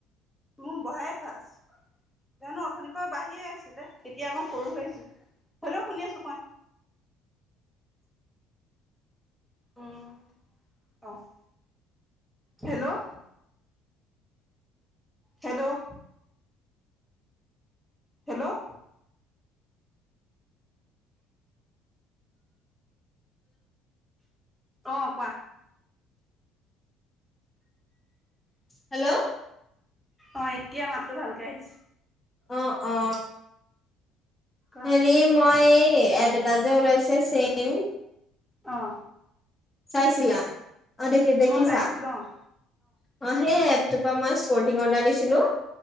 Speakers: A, in the centre; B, on the left (about 20°).
A: মোৰ বহায়ে থোৱা আছে। জানোঁ অথনিৰ পৰা বাঢ়িয়ে আছিলে, এতিয়া আকৌ সৰু হৈ আহিছে, হ'লেও শুনি আছোঁ কোৱা। উম, অ', হেল্ল'! হেল্ল'! হেল্ল'! অ', কোৱা।
B: হেল্ল'!
A: অ', এতিয়া মাততো ভালকে আহিছ
B: অ', অ'।
A: কোৱা
B: হেৰি মই এপ এটা যে, ওলাইছে চেইম
A: অ'।
B: চাইছিলা? অ দেখি দেখিছা
A: মই চাইছিলোঁ, অ'।
B: অ', সেই এপটোৰ পৰা মই স্পৰ্টিং অৰ্ডাৰ দিছিলোঁ।